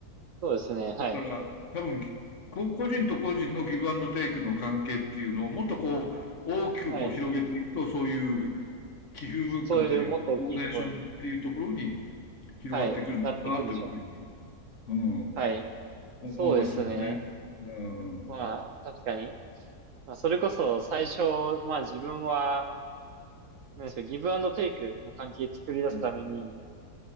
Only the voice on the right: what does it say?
そうですね。はい。
はい。
そういうもっと大きいところに、
はい。なっていくんでしょう。
はい。
そうですね。
まあ、確かに。まあ、それこそ最初、まあ自分は、なんでしょう、ギブアンドテイクの関係作り出すために、